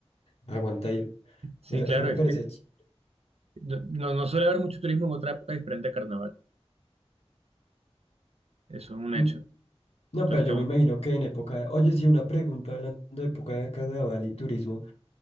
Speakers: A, on the left; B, on the right.
A: aguanta ir.
B: Sí,
A: Eso,
B: claro,
A: eso me
B: es
A: parece...
B: que
A: ch-
B: No, no no suele haber mucho turismo en otra época diferente a carnaval. Eso es un
A: Mm,
B: hecho.
A: No,
B: Entonces,
A: pero yo
B: qué bueno.
A: me imagino que en época de... Oye, sí, una pregunta hablando de época de carnaval y turismo.